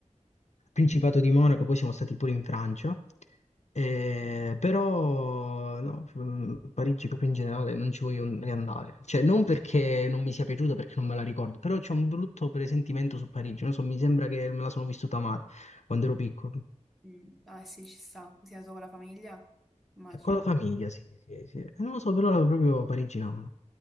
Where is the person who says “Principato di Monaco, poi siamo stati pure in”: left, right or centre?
Left